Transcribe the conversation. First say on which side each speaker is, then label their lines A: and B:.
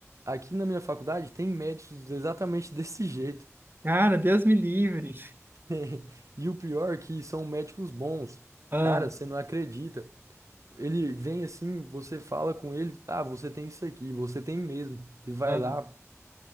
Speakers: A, on the right; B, on the right.
A: aqui na minha faculdade tem médicos exatamente <laughs> desse jeito.
B: cara, Deus me livre.
A: <laughs> E o pior é que são médicos bons.
B: Ah,
A: Cara, você não acredita. Ele vem assim, você fala com ele, ah, você tem isso aqui, você tem mesmo. E vai
B: ah.
A: lá.